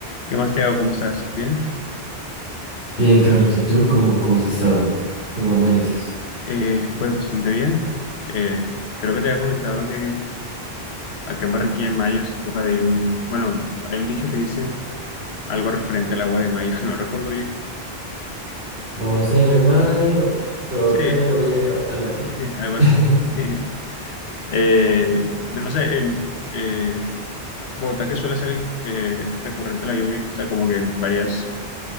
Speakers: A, on the left; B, on the left.
A: ¿Qué más, Thiago? ¿Cómo estás? ¿Bien?
B: Bien, Carlos, ¿y tú cómo, cómo has estado? ¿Cómo amaneces?
A: Eh, pues bastante bien. Eh, creo que te había comentado que acá en Barranquilla en mayo es época de lluvia. Bueno, hay un dicho que dice algo referente al agua de mayo, <laughs> no recuerdo bien.
B: Aguacero de mayo, todo
A: Sí,
B: te lo lleva, algo así.
A: <laughs> algo
B: <laughs>
A: así. <laughs> Eh, no sé, en eh, Bogotá que suele ser eh, recurrente la lluvia, o sea, como que en varias